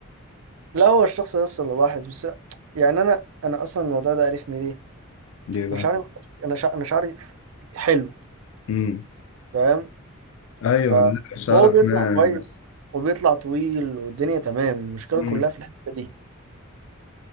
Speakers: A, on the right (about 80°); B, on the left (about 70°).
A: لا هو الشخص ده اللي لاحظ بس يعني انا انا اصلا الموضوع ده عرفني ليه
B: ليه بقى
A: انا شعري انا شع- انا شعري حلو
B: امم
A: فاهم
B: ايوه
A: فهو
B: شعرك
A: بيطلع
B: ناعم
A: كويس وبيطلع طويل والدنيا تمام المشكله
B: مم.
A: كلها في الحته دي